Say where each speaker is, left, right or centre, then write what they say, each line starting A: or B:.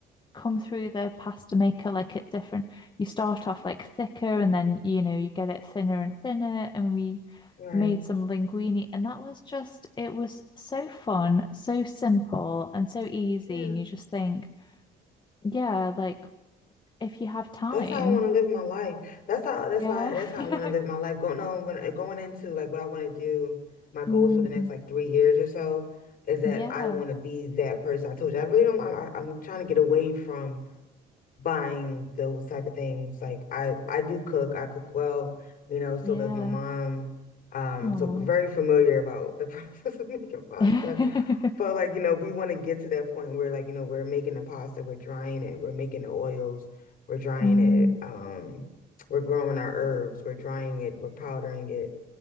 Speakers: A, on the left (about 25°); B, on the left (about 60°).
A: come through the pasta maker like at different, you start off like thicker and then, you know, you get it thinner and thinner, and we
B: Right.
A: made some linguine, and that was just, it was so fun, so simple and so easy,
B: Yeah.
A: and you just think, yeah, like if you have time.
B: That's how I want to live my life. That's how that's
A: Yeah.
B: why that's how
A: <laughs>
B: I want to live my life. Going no. when uh, going into like what I want to do, my goals
A: Mm,
B: for the next like three years or so is that
A: yeah.
B: I want to be that person. I told you I really don't. I, I- I'm trying to get away from buying those type of things. Like I I do cook. I cook well, you know, so
A: Yeah.
B: does my mom. Um,
A: Oh.
B: so very familiar about the <laughs> process of making pasta.
A: <laughs>
B: But like, you know, we want to get to that point where like, you know, we're making the pasta, we're drying it, we're making the oils, we're drying
A: Mm,
B: it, um, we're growing our herbs, we're drying it, we're powdering it.